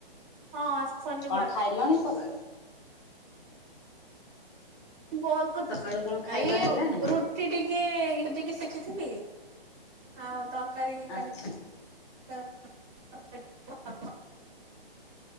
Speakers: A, on the right (about 35°); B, on the left (about 30°).
A: ହଁ ଶନିବାର
B: କଣ ଖାଇଲଣି ସକାଳୁ?
A: <unintelligible>
B: ସକାଳୁ କଣ ଖାଇବା ହେଲାଣି?
A: ଠ ଟିକେ ଇଏ ଟିକେ ଶିଖିଥିଲି ଆଉ ତରକାରୀ
B: ଆଚ୍ଛା
A: କାଲି <unintelligible>